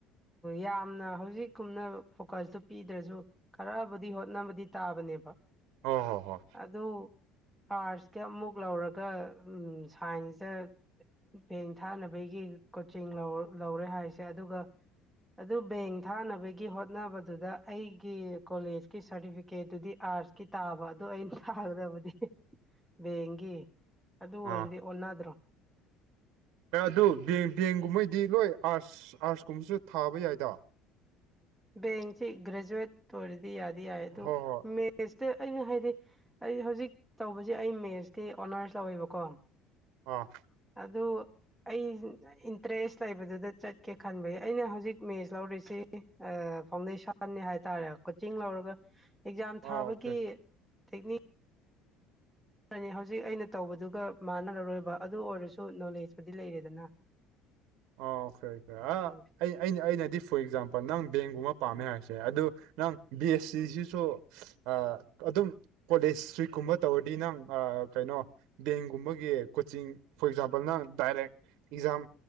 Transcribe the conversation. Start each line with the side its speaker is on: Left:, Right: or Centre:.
Centre: ꯌꯥꯝꯅ ꯍꯧꯖꯤꯛꯀꯨꯝꯅ ꯐꯣꯀꯁꯇꯨ ꯄꯤꯗ꯭ꯔꯁꯨ ꯈꯔꯕꯨꯗꯤ ꯍꯣꯠꯅꯕꯗꯤ ꯇꯥꯕꯅꯦꯕ
Right: ꯑꯣ ꯍꯣ ꯍꯣ
Centre: ꯑꯗꯨ ꯑꯥꯔꯁꯀꯤ ꯑꯃꯨꯛ ꯂꯧꯔꯒ ꯁꯥꯏꯟꯁꯇ ꯕꯦꯡ ꯊꯥꯅꯕꯒꯤ ꯀꯣꯆꯤꯡ ꯂꯧ ꯂꯧꯔꯦ ꯍꯥꯏꯔꯤꯁꯦ ꯑꯗꯨꯒ ꯑꯗꯨ ꯕꯦꯡ ꯊꯥꯅꯕꯒꯤ ꯍꯣꯠꯅꯕꯗꯨꯗ ꯑꯩꯒꯤ ꯀꯣꯂꯦꯖꯀꯤ ꯁꯥꯔꯇꯤꯐꯤꯀꯦꯠꯇꯨꯗꯤ ꯑꯥꯔꯠꯁ ꯀꯤ ꯇꯥꯕ ꯑꯗꯣ ꯑꯩꯅ ꯊꯥꯒꯗꯕꯗꯤ ꯕꯦꯡꯒꯤ ꯑꯗꯨ ꯑꯣꯏꯔꯗꯤ
Right: ꯑꯥ
Centre: ꯑꯣꯟꯅꯗ꯭ꯔꯣ
Right: ꯑꯗꯨ ꯕꯦꯡ ꯕꯦꯡꯒꯨꯝꯕꯩꯗꯤ ꯂꯣꯏ ꯑꯥꯔꯠꯁ ꯑꯥꯔꯠꯁꯀꯨꯝꯕꯁꯨ ꯊꯥꯕ ꯌꯥꯏꯗ
Centre: ꯕꯦꯡꯁꯤ ꯒ꯭ꯔꯦꯖꯨꯋꯦꯠ ꯇꯧꯔꯗꯤ ꯌꯥꯗꯤ ꯌꯥꯏ ꯑꯗꯨ
Right: ꯍꯣꯏ ꯍꯣꯏ
Centre: ꯃꯦꯠꯁꯇ ꯑꯩꯅ ꯍꯥꯏꯗꯤ ꯑꯩ ꯍꯧꯖꯤꯛ ꯇꯧꯕꯁꯦ ꯑꯩ ꯃꯦꯠꯁꯇꯤ ꯑꯣꯅꯔꯁ ꯂꯧꯋꯦꯕꯀꯣ
Right: ꯑꯥ
Centre: ꯑꯗꯨ ꯑꯩ ꯏꯟꯇꯔꯦꯁ ꯂꯩꯕꯗꯨꯗ ꯆꯠꯀꯦ ꯈꯟꯕꯒꯤ ꯑꯩꯅ ꯍꯧꯖꯤꯛ ꯃꯦꯆ ꯂꯧꯔꯤꯁꯤ ꯑ ꯐꯥꯎꯟꯗꯦꯁꯟꯅꯤ ꯍꯥꯏꯇꯥꯔꯦ ꯀꯣꯆꯤꯡ ꯂꯧꯔꯒ ꯑꯦꯛꯖꯥꯝ
Right: ꯑꯥ
Centre: ꯊꯥꯕꯒꯤ
Right: ꯑꯣꯀꯦ
Centre: ꯇꯦꯛꯅꯤꯛ ꯇꯅꯦ ꯍꯧꯖꯤꯛ ꯑꯩꯅ ꯇꯧꯕꯗꯨꯒ ꯃꯥꯟꯅꯔꯔꯣꯏꯕ ꯑꯗꯨ ꯑꯣꯏꯔꯁꯨ ꯅꯣꯂꯦꯖꯄꯨꯗꯤ ꯂꯩꯔꯦꯗꯅ
Right: ꯑꯣ ꯈ꯭ꯔꯦ ꯈꯔ ꯑ
Centre: ꯎꯝ
Right: ꯑꯩ ꯑꯩꯅ ꯑꯩꯅꯗꯤ ꯐꯣꯔ ꯑꯦꯛꯖꯥꯝꯄꯜ ꯅꯪ ꯕꯦꯡꯒꯨꯝꯕ ꯄꯥꯝꯃꯦ ꯍꯥꯏꯕꯁꯦ ꯑꯗꯨ ꯅꯪ ꯕꯤ ꯑꯦꯁ ꯁꯤꯁꯤꯁꯨ ꯑ ꯑꯗꯨꯝ ꯀꯣꯂꯦꯖ ꯋꯤꯛꯀꯨꯝꯕ ꯇꯧꯔꯗꯤ ꯅꯪ ꯑ ꯀꯩꯅꯣ ꯕꯦꯡꯒꯨꯝꯕꯒꯤ ꯀꯣꯆꯤꯡ ꯐꯣꯔ ꯑꯦꯛꯖꯥꯝꯄꯜ ꯅꯪ ꯗꯥꯏꯔꯦꯛ ꯑꯦꯛꯖꯥꯝ